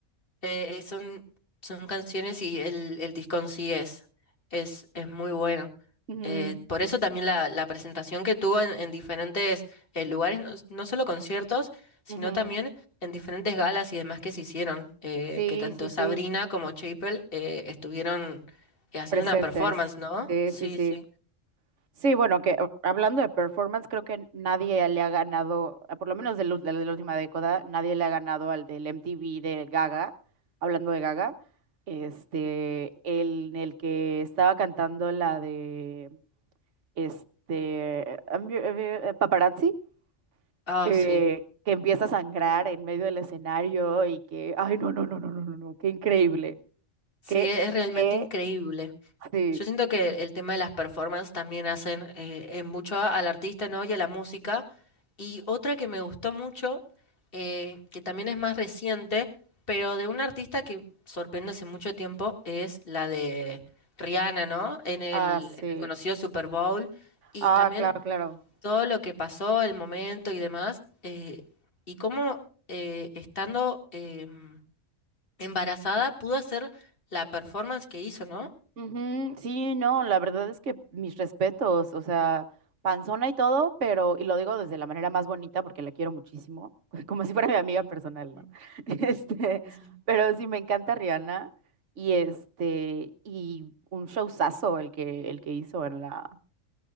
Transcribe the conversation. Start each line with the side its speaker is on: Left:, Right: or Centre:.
Left: Eh, eh, son, son canciones y el, el disco en sí es, es, es muy bueno.
Right: Ujú,
Left: Eh, por eso también la, la presentación que tuvo en, en diferentes eh, lugares, no, no solo conciertos, sino
Right: ujú.
Left: también en diferentes galas y demás que se hicieron, eh,
Right: Sí,
Left: que tanto
Right: sí,
Left: Sabrina
Right: sí.
Left: como Chapel eh, estuvieron eh, haciendo
Right: Presentes.
Left: una performance, ¿no?
Right: Sí,
Left: Sí,
Right: sí, sí.
Left: sí.
Right: Sí, bueno, que o- hablando de performance, creo que nadie le ha ganado, ah, por lo menos de, la de la última década, nadie le ha ganado al del MTV de Gaga, hablando de Gaga, este, el, en el que estaba cantando la de, este, I'm your- eh, Paparazzi,
Left: Ah,
Right: eh,
Left: sí.
Right: que empieza a sangrar en medio del escenario y que, ay, no, no, no, no, no, no, no, qué increíble,
Left: Sí,
Right: qué,
Left: e- es realmente
Right: qué,
Left: increíble.
Right: sí,
Left: Yo siento que el tema de las performances también hacen eh, en mucho al artista, ¿no? y a la música. Y otra que me gustó mucho, eh, que también es más reciente, pero de un artista que sorprende hace mucho tiempo, es la de Rihanna, ¿no? En el,
Right: ah, sí,
Left: en el conocido Super Bowl. Y
Right: ah,
Left: también
Right: claro, claro.
Left: todo lo que pasó, el momento y demás. eh, y cómo eh, estando em, embarazada pudo hacer la performance que hizo, ¿no?
Right: Ujú, Sí, no, la verdad es que mis respetos, o sea, panzona y todo, pero, y lo digo desde la manera más bonita porque la quiero muchísimo, <laughs> como si fuera mi amiga personal, ¿no?
Left: Mm,
Right: <laughs> Este,
Left: sí, sí.
Right: pero sí me encanta Rihanna y este, y un showzazo el que, el que hizo en la,